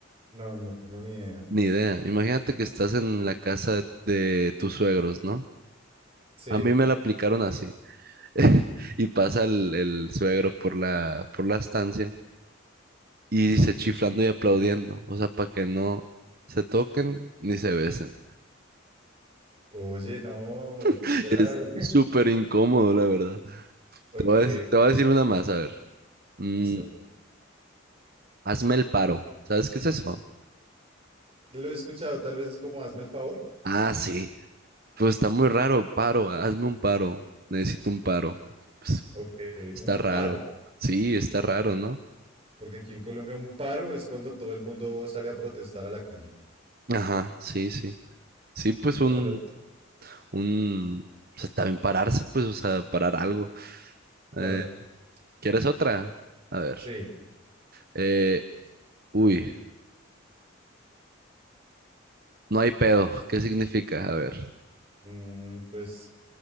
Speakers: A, on the right (about 30°); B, on the right (about 45°).
A: no, no tengo ni idea.
B: Ni idea. Imagínate que estás en la casa de, de tus suegros, ¿no?
A: Sí.
B: A mí me la aplicaron así. <laughs> Y pasa el, el suegro por la, por la estancia y dice chiflando y aplaudiendo. O sea, para que no se toquen ni se besen.
A: Oye, no,
B: <laughs>
A: qué grave.
B: Es súper incómodo, la verdad.
A: Ok,
B: Te voy a decir, te voy a decir una más, a ver. Mm,
A: listo.
B: hazme el paro. ¿Sabes qué es eso?
A: Lo he escuchado, tal vez es como hazme el favor.
B: Ah, sí. Pues está muy raro, paro. Hazme un paro. Necesito un paro. Pues,
A: Ok,
B: está
A: un
B: raro.
A: paro,
B: Sí, está raro, ¿no?
A: porque aquí en Colombia un paro es cuando todo el mundo sale a protestar a la calle.
B: Ajá, sí, sí. Sí, pues
A: Y cuando-
B: un, un, o sea, también pararse, pues, o sea, parar algo.
A: claro,
B: Eh, ¿quieres otra? A ver.
A: sí,
B: Eh, uy, no hay pedo. ¿Qué significa? A ver.
A: mm, pues